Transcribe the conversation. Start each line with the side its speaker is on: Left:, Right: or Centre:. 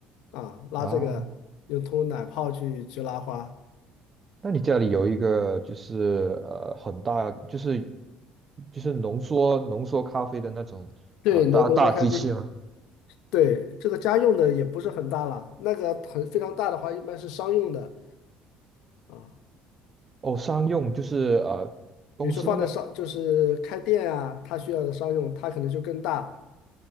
Left: 啊，拉这个用通奶泡去去拉花。
Right: 啊？那你家里有一个就是呃很大就是就是浓缩浓缩咖啡的那种啊大大机器吗？
Left: 对，浓浓缩咖啡，对，这个家用的也不是很大了，那个很非常大的话一般是商用的啊。
Right: 哦，商用就是呃公司的吗？
Left: 比如说放在商，就是开店啊，它需要的商用，它可能就更大。